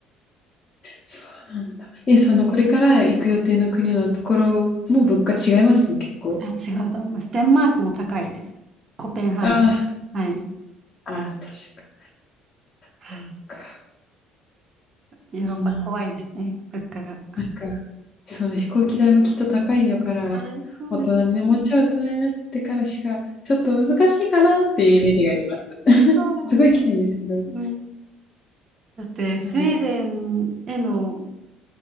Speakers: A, on the left; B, on the right.
A: そうなんだ。え、そのこれから行く予定の国のところも物価違います？結構。
B: あ、違うと思います。デンマークも高いです。コペンハーゲン。
A: あ
B: はい。
A: あ、ああ、都か。
B: はい。
A: そっか、
B: ヨーロッパ怖いですね。
A: いいな。
B: 物価が。
A: なんか、その飛行機代もきっと高いよから、
B: はい、そうですね。
A: 大人にね、もうちょい大人になってからしか、ちょっと難しいかなっていうイメージがあります。<laughs>
B: そうで
A: すごいきたいんですけど、
B: す。うん。だって、スウェーデンへの
A: あの